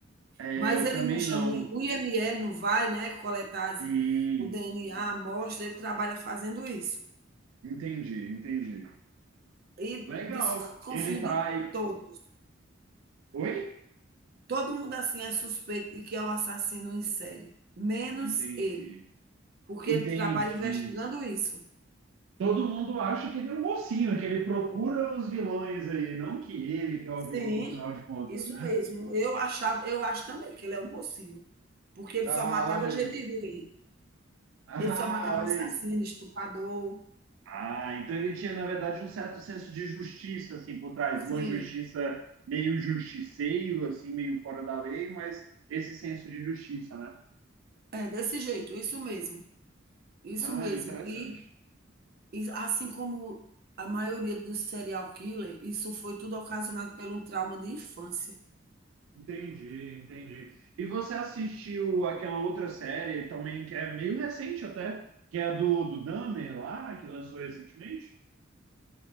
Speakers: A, on the right (about 85°); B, on the right (about 50°).
A: É,
B: mas
A: eu
B: ele
A: também
B: não chama
A: não.
B: o I- o IML, não vai, né, coletar as-
A: Sim,
B: o DNA, a a amostra, ele trabalha fazendo isso.
A: entendi, entendi.
B: E
A: Legal.
B: desconfio
A: Ele tá
B: de
A: aí.
B: todos.
A: Oi?
B: Todo mundo assim é suspeito de que é o assassino em série, menos
A: Ah, entendi.
B: ele, porque
A: Entendi.
B: ele trabalha investigando isso.
A: Todo mundo acha que ele é o mocinho, que ele procura os vilões aí, não que ele que é o
B: Sim,
A: vilão no final de contas,
B: isso
A: né?
B: mesmo. Eu achava, eu acho também que ele é um mocinho, porque ele
A: Ah,
B: só matava
A: olha
B: gente
A: aí.
B: ruim.
A: <laughs> Ah,
B: Ele só matava
A: olha
B: assassino,
A: aí.
B: estuprador.
A: Ah, então ele tinha, na verdade, um certo senso de justiça, assim, por trás.
B: Sim,
A: Uma justiça meio justiceiro, assim, meio fora da lei, mas esse senso de justiça, né?
B: é desse jeito, isso mesmo. Isso
A: Ah,
B: mesmo.
A: interessante.
B: E, e assim como a maioria dos serial killer, isso foi tudo ocasionado pelo trauma de infância.
A: Entendi, entendi. E você assistiu aquela outra série também, que é meio recente até, que é a do, do Dahmer lá, que lançou recentemente?